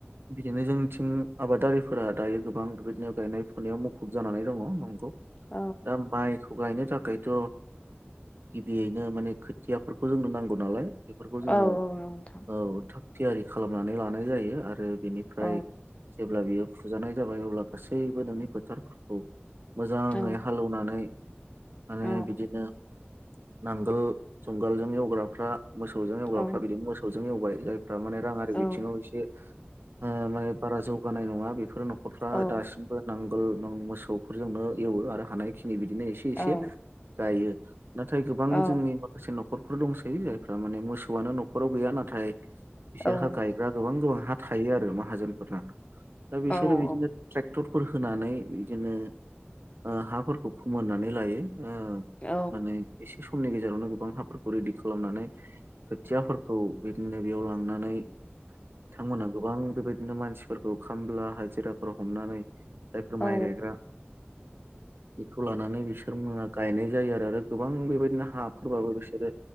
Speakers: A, on the right; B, on the left.
A: बिदिनो जों निथिं आबादारिफोरा दायो गोबां बेबायदिनो गायनाय फुनायाव मुखुब जानानै दङ नंगौ।
B: औ
A: दा माइ खौ गायनो थाखायथ' गिबियैनो माने खोथियाफोरखौ जोंनो नांगौ नालाय। बेफोरखौ जोङो
B: औ औ नंगौ नोंथां
A: औ थाग थियारि खालामनानै लानाय जायो आरो बेनिफ्राय
B: औ
A: जेब्ला बियो फुजानाय जाबाय अब्ला गासैबो नोंनि फोथारफोरखौ मोजाङै
B: औ
A: हालौनानै माने
B: औ
A: बिदिनो नांगोल जुंगालजों एवग्राफ्रा मोसौजों एवग्राफ्रा
B: औ
A: बिदिनो मोसौजों एवबाय। जाय फोरा माने राङारि बिथिङाव
B: औ
A: एसे ओ माने बारा जौगानाय नङा बेफोर न'रफ्रा
B: औ
A: दासिम बो नांगोल मोसौफोरजोंनो एवो आरो हानायखिनि बिदिनो एसे एसे
B: औ
A: गायो। नाथाय गोबां
B: औ
A: जोंनि माखासे नख'रफोर दंसै जायफ्रा माने मोसौआनो नख'राव गैया नाथाय
B: औ
A: बिसोरहा गायग्रा गोबां गोबां हा थायो आरो माहाजोनफोरना दा बिसोरो
B: औ नंगौ
A: बिदिनो ट्रेक्टरफोर होनानै बिदिनो ओ हाफोरखौ फोमोननानै लायो। ओ
B: औ
A: माने एसे समनि गेजेरावनो गोबां हा फोरखौ रेडि खालामनानै खोथियाफोरखौ बिदिनो बेयाव लांनानै बिथांमोनहा गोबां बेबायदिनो मानसिफोरखौ खामला हाजिराफोराव हमनानै जायफोर
B: औ
A: माइ गायग्रा बेखौ लानानै बिसोर मोना गायनाय जायो आरो। आरो गोबां बेबायदिनो हाफोरबाबो बिसोरो